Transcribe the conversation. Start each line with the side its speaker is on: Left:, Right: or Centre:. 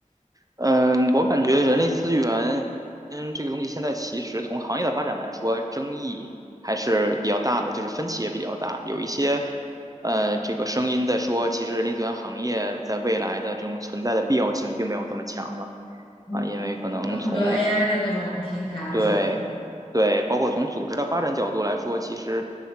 Right: 嗯，我感觉人力资源，嗯，这个东西现在其实从行业的发展来说，争议还是比较大的，就是分歧也比较大。有一些，呃，这个声音在说，其实人力资源行业在未来的这种存在的必要性并没有这么强了。
Left: 嗯，
Right: 啊，因为可能从
Left: 有很多 AI 的那种平台啊什么的。
Right: 对，对，包括从组织的发展角度来说，其实，